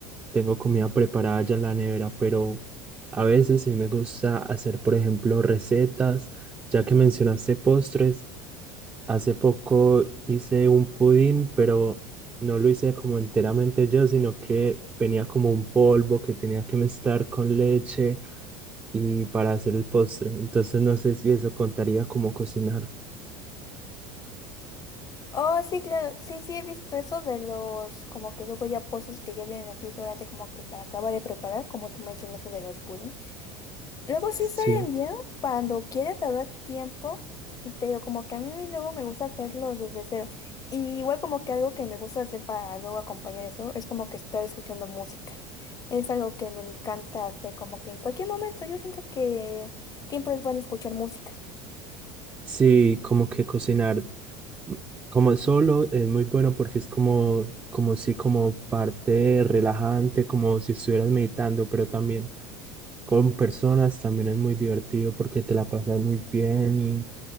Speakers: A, on the right (about 20°); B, on the left (about 30°).
A: tengo comida preparada ya en la nevera, pero a veces sí me gusta hacer, por ejemplo, recetas, ya que mencionaste postres, hace poco hice un pudín, pero no lo hice como enteramente yo, sino que venía como un polvo que tenía que mezclar con leche y para hacer el postre. Entonces no sé si eso contaría como cocinar.
B: Oh, sí, claro. Sí, sí, he visto eso de los, como que luego ya pozos que ya vienen así solamente como que para acabar de preparar, como tú mencionaste de los pudding. Luego sí
A: Sí.
B: salen bien cuando quieres dar tiempo, pero como que a mí luego me gusta hacerlos desde cero. Y igual como que algo que me gusta hacer para luego acompañar eso es como que estar escuchando música. Es algo que me encanta hacer, como que en cualquier momento yo siento que siempre es bueno escuchar música.
A: Sí, como que cocinar mm, como solo es muy bueno porque es como, como si como parte relajante, como si estuvieras meditando, pero también con personas también es muy divertido porque te la pasas muy bien y,